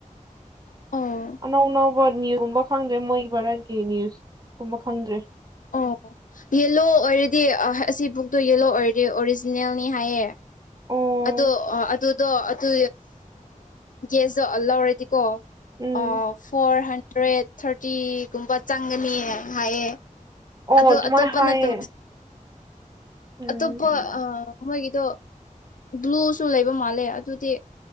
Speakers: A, on the left (about 70°); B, on the right (about 30°).
A: ꯑꯣ
B: ꯑꯅꯧꯅ ꯚꯠ ꯅꯅꯤꯌꯨꯁꯀꯨꯝꯕ ꯈꯪꯗ꯭ꯔꯦ ꯃꯣꯏꯒꯤ ꯚꯥꯔꯠꯀꯤ ꯅ꯭ꯌꯨꯁ ꯀꯨꯝꯕ ꯈꯪꯗ꯭ꯔꯦ
A: ꯑꯣ ꯌꯦꯂꯣ ꯑꯣꯏꯔꯗꯤ ꯑꯁꯤ ꯕꯨꯛꯇꯣ ꯌꯦꯂꯣ ꯑꯣꯏꯔꯗꯤ ꯑꯣꯔꯤꯖꯤꯅꯦꯜꯅꯤ ꯍꯥꯏꯌꯦ
B: ꯑꯣ
A: ꯑꯗꯣ ꯑꯗꯨꯗꯣ ꯑꯗꯨ ꯒꯦꯁꯇꯣ ꯂꯧꯔꯗꯤꯀꯣ
B: ꯎꯝ
A: ꯑ ꯐꯣꯔ ꯍꯟ ꯍꯟꯗ꯭ꯔꯦꯠ ꯊꯥꯔꯇꯤꯒꯨꯝꯕ ꯆꯪꯒꯅꯤꯅ ꯍꯥꯏꯌꯦ
B: ꯑꯣ
A: ꯑꯗꯣ
B: ꯑꯗꯨꯃꯥꯏꯅ
A: ꯑꯇꯣꯞꯄꯅꯠꯇ
B: ꯍꯥꯏꯌꯦ ꯎꯝ
A: ꯑꯇꯣꯞꯄ ꯑ ꯃꯣꯏꯒꯤꯗꯣ ꯕ꯭ꯂꯨꯁꯨ ꯂꯩꯕ ꯃꯥꯜꯂꯦ ꯑꯗꯨꯗꯤ